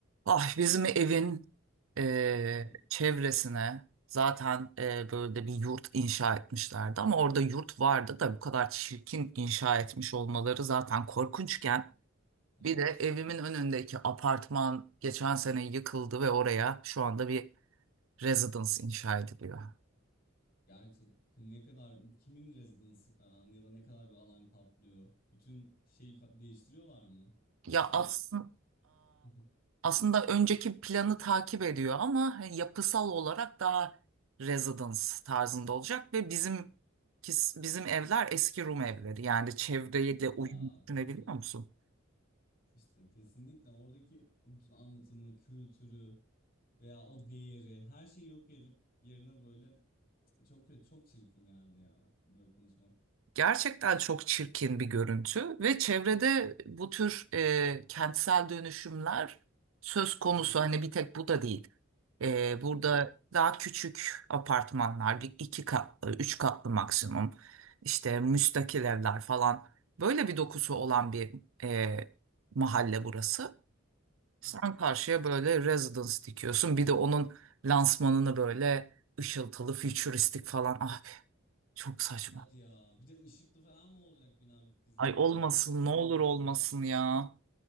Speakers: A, on the right; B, on the left.
A: Ah bizim evin e,
B: Hı hı,
A: çevresine zaten e, böyle bir yurt inşa etmişlerdi ama orada yurt vardı da bu kadar çirkin inşa etmiş olmaları zaten korkunçken
B: hı.
A: bir de evimin önündeki apartman geçen sene yıkıldı ve oraya şu anda bir residence inşa ediliyor.
B: Gerçek ne kadar kimin rezidansı falan ya da ne kadar bir alan kaplıyor. Bütün şeyi ka- değiştiriyorlar mı?
A: Ya
B: O
A: aslında
B: Hı hı.
A: aslında önceki planı takip ediyor ama hani, yapısal olarak daha residence tarzında olacak ve bizim bizim evler eski Rum evleri. Yani çevreyle
B: <laughs>
A: uyum
B: ya
A: düşünebiliyor
B: hı hı.
A: musun?
B: işte kesinlikle oradaki o bütün anlatımı, kültürü veya o değeri her şeyi yok edip yerine böyle çok kötü, çok çirkin geldi ya böyle konuşmak.
A: Gerçekten çok çirkin bir görüntü ve çevrede bu tür e, kentsel dönüşümler söz konusu
B: Hı hı,
A: hani bir tek bu da değil. E, burada
B: hı hı,
A: daha küçük apartmanlar, bir iki katlı, üç katlı maksimum, işte müstakil evler falan böyle bir dokusu olan bir e, mahalle burası. Sen
B: hı hı.
A: karşıya böyle residence dikiyorsun, bir de onun lansmanını böyle ışıltılı, fütüristik falan abi çok saçma.
B: Hadi ya bir de ışıklı falan mı olacak bina bittiği zaman
A: Ay olmasın,
B: acaba? Tamamen.
A: ne olur olmasın ya.